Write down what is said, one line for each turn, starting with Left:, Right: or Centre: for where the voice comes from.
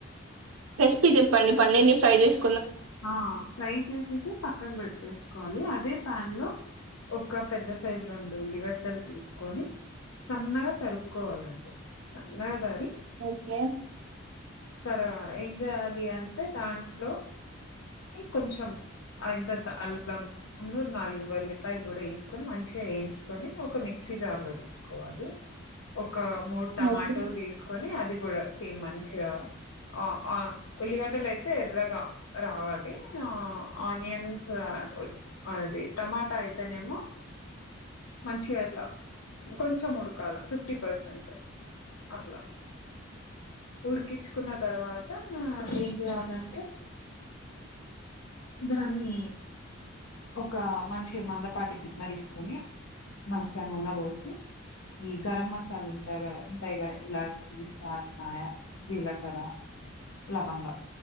Right: రెసిపీ చెప్పండి పన్నీర్ని ఫ్రై చేసు
Left: ఆ ఫ్రై చేసేసి పక్కకు పెట్టేసి కోవాలి అదే ప్యాన్ లో ఒక పెద్ద సైజు రెండు ఉల్లిగడ్డలు తీసుకొని సన్నగా తరుక్కోవాలండి సన్నగా తరిగి
Right: ఓకే
Left: తర్వా ఏం చేయాలి అంటే దాంట్లో కొంచెం ఆ ఇంత అల్లం మూడ్ నాలుగు వెల్లిపాయలు కూడా వేసుకొని మంచిగా వేయించుకొని ఒక మిక్స్ మిక్సీ జార్ లో తీసుకోవాలి
Right: <inaudible>
Left: ఒక మూడు టమాటోలు
Right: ఓకే
Left: తీసుకొని అది కూడా సేమ్ మంచిగా ఆ ఆ ఉల్లిగడ్డలు అయితే ఎర్రగా రావాలి ఆ ఆనియన్స్ ఆ అది టమాటా అయితేనేమో మంచిగా ఇట్లా కొంచెం ఉడకాల ఫిఫ్టీ పర్సెంట్ అట్లా ఉడికిచ్చుకున్న తర్వాత ఏం చేయాలంటే
Right: <inaudible>
Left: దాన్ని ఒక మంచి మందపాటి గిన్నె తీసుకొని మంచిగా నూనె పోసి ఈ గరం మసాలా ఉంటాయి రా ఉంటాయి గదా ఇలాచి స్టార్ నాయ జీలకర లవంగం